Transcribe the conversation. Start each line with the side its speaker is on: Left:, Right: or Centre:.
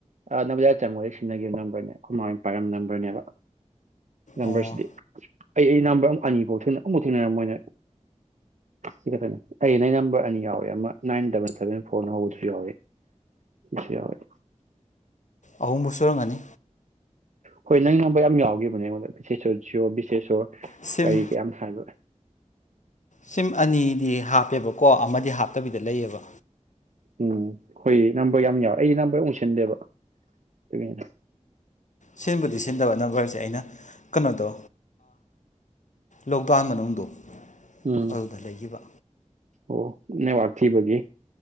Right: ꯅꯕꯖ ꯆꯥꯃꯗ ꯁꯤꯟꯅꯈꯤꯕ ꯅꯝꯕꯔꯅꯦ ꯑꯩꯈꯣꯏꯃ ꯄꯥꯏꯔꯝꯕ ꯅꯝꯕꯔꯅꯦꯕ ꯅꯝꯕꯔꯁꯤꯗꯤ
Left: ꯑꯣ
Right: ꯑꯩ ꯑꯩ ꯅꯝꯕꯔ ꯑꯃꯛ ꯑꯅꯤꯐꯥꯎ ꯑꯃꯐꯥꯎ ꯊꯦꯡꯅꯔꯝ ꯃꯣꯏꯅ ꯁꯤ ꯈꯛꯇꯅꯦ ꯑꯩ ꯅ ꯅꯝꯕꯔ ꯑꯅꯤ ꯌꯥꯎꯋꯦ ꯑꯃ ꯅꯥꯏꯟ ꯗꯕꯜ ꯁꯚꯦꯟ ꯐꯣꯔꯅ ꯍꯧꯕꯗꯨꯁꯨ ꯌꯥꯎꯏ ꯁꯤꯁꯨ ꯌꯥꯎꯏ
Left: ꯑꯍꯨꯝꯕꯨ ꯁꯨꯔꯝꯒꯅꯤ
Right: ꯍꯣꯏ ꯅꯪ ꯉꯥꯡꯕ ꯌꯥꯝ ꯌꯥꯎꯒꯤꯈꯤꯕꯅꯦ ꯑꯩꯉꯣꯟꯗ ꯕꯤꯁꯦꯁꯣꯔ ꯁꯤꯌꯣꯔ ꯕꯤꯁꯦꯁꯣꯔ
Left: ꯁꯤꯝ
Right: ꯀꯔꯤ ꯀꯌꯥꯝ ꯁꯥꯏꯕ
Left: ꯁꯤꯝ ꯑꯅꯤꯗꯤ ꯍꯥꯞꯄꯦꯕꯀꯣ ꯑꯃꯗꯤ ꯍꯥꯞꯇꯕꯤꯗ ꯂꯩꯌꯦꯕ
Right: ꯎꯝ ꯍꯣꯏ ꯅꯝꯕꯔ ꯌꯥꯝ ꯌꯥꯎꯋꯦ ꯑꯩꯗꯤ ꯅꯝꯕꯔ ꯑꯃ ꯁꯤꯟꯗꯦꯕ ꯑꯗꯨꯒꯤ
Left: ꯁꯤꯟꯕꯨꯗꯤ ꯁꯤꯟꯗꯕ ꯅꯝꯕꯔꯁꯦ ꯑꯩꯅ ꯀꯩꯅꯣꯗꯣ ꯂꯣꯛꯗꯥꯎꯟ ꯃꯅꯨꯡꯗ
Right: ꯎꯝ
Left: ꯑꯗꯨꯗ ꯂꯩꯈꯤꯕ
Right: ꯑꯣ ꯅꯦꯠꯋꯥꯛ ꯊꯤꯕꯒꯤ